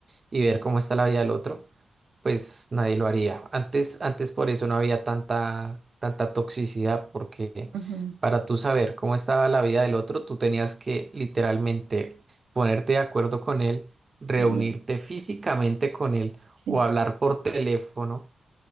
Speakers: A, on the right (about 25°); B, on the right (about 85°).
A: y ver cómo está la vida del otro, pues nadie lo haría. Antes, antes por eso no había tanta, tanta toxicidad, porque
B: ujú,
A: para tú saber cómo estaba la vida del otro, tú tenías que literalmente ponerte de acuerdo con él, reunirte
B: sí,
A: físicamente con él
B: sí.
A: o hablar por teléfono,